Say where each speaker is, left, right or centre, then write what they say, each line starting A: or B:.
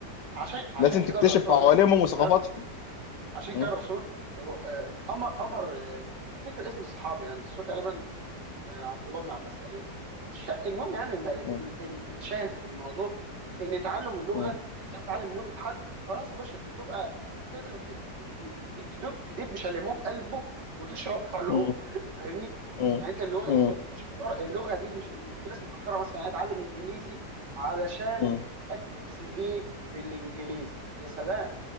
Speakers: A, on the right (about 90°); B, on the left (about 90°).
A: عشان عشان
B: لازم
A: كده
B: تكتشف
A: الرسول
B: عوالمهم
A: عليه الصلاه والسلام
B: وثقافاتهم
A: عشان
B: مم.
A: كده الرسول آه، امر امر آه، مش فاكر اسم الصحابي يعني بس هو تقريبا آه، عبد الله بن عباس تقريبا مش فا- المهم يعني الم- ال-
B: مم.
A: ال- الشاهد في الموضوع ان تعلم اللغه
B: مم.
A: انت بتتعلم لغه حد خلاص يا باشا انت بتبقى تقدر ت- ت- ت- تجي- تدب تدب شاليمو في قلبه وتشرب علوم
B: مم.
A: <laughs> فاهمني
B: مم.
A: يعني انت اللي هو ايه
B: مم.
A: انت مش مجرد اللغه دي مش في ناس مفكره مثلا انا اتعلم انجليزي علشان
B: مم.
A: اكتب سي في بالانجليزي يا سلام